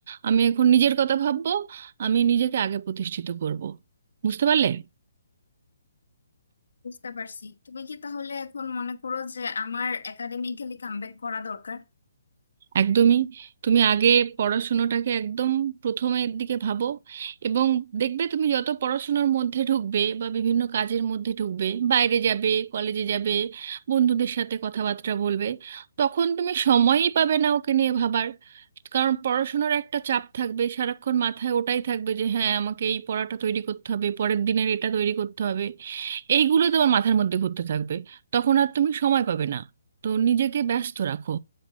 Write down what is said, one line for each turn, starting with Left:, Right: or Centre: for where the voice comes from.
Right: আমি এখন নিজের কথা ভাববো আমি নিজেকে আগে প্রতিষ্ঠিত করব বুঝতে পারলে
Left: বুঝতে পারছি তুমি কি তাহলে এখন মনে করো যে আমার একাডেমিক্যালি কামব্যাক করা দরকার
Right: একদমই তুমি আগে পড়াশুনোটাকে একদম প্রথমের দিকে ভাবো এবং দেখবে তুমি যত পড়াশুনোর মধ্যে ঢুকবে বা বিভিন্ন কাজের মধ্যে ঢুকবে বাইরে যাবে কলেজে যাবে বন্ধুদের সাথে কথাবার্তা বলবে তখন তুমি সময়ই পাবে না ওকে নিয়ে ভাবার কারণ পড়াশোনার একটা চাপ থাকবে সারাক্ষণ মাথায় ওটাই থাকবে যে হ্যাঁ আমাকে এই পড়াটা তৈরি করতে হবে পরের দিনের এটা তৈরি করতে হবে এইগুলো তোমার মাথার মধ্যে ঘুরতে থাকবে তখন আর তুমি সময় পাবে না তো নিজেকে ব্যস্ত রাখো